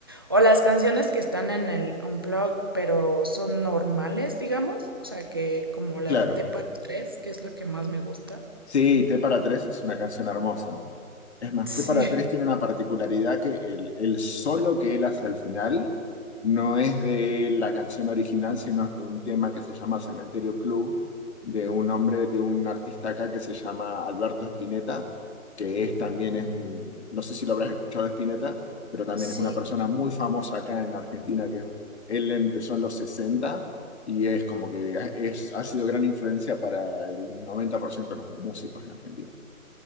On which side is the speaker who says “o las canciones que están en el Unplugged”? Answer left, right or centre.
Right